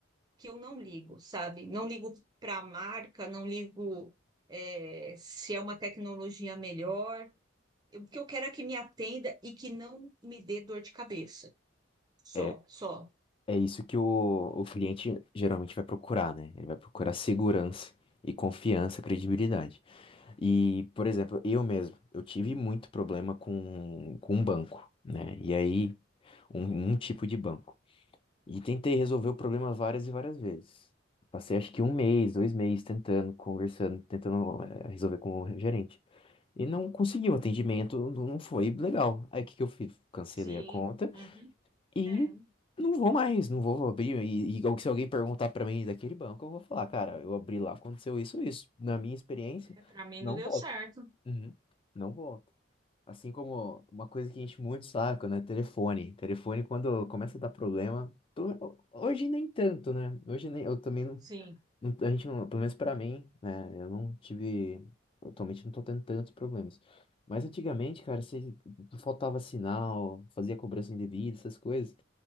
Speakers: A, on the right; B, on the left.
A: que eu não ligo, sabe? Não ligo para a marca, não ligo é, se é uma tecnologia melhor. Eu- O que eu quero é que me atenda e que não me dê dor de cabeça. Só,
B: É,
A: só.
B: é isso que o, o cliente geralmente vai procurar, né? Ele vai procurar segurança e confiança, credibilidade. E, por exemplo, eu mesmo, eu tive muito problema com, com um banco, né? E aí, um, um tipo de banco. E tentei resolver o problema várias e várias vezes. Passei acho que um mês, dois meses tentando, conversando, tentando eh, resolver com o gerente. E não conseguiu atendimento, não não foi legal. Aí o que que eu fiz? Cancelei
A: Sim.
B: a conta
A: Uhum.
B: e
A: É.
B: não vou mais, não vou abrir. E, e se alguém perguntar pra mim daquele banco, eu vou falar, cara, eu abri lá, aconteceu isso, isso. Na minha experiência,
A: É, Pra mim
B: não
A: não deu
B: volto.
A: certo.
B: Uhum. Não volto. Assim como uma coisa que enche muito o saco, né? Telefone. Telefone, quando começa a dar problema. tu- Hoje nem tanto, né? Hoje nem. Eu também não.
A: Sim,
B: não- A gente não. Pelo menos pra mim, né? Eu não tive. Atualmente não tô tendo tantos problemas. Mas antigamente, cara, se faltava sinal, fazia cobrança indevida, essas coisas.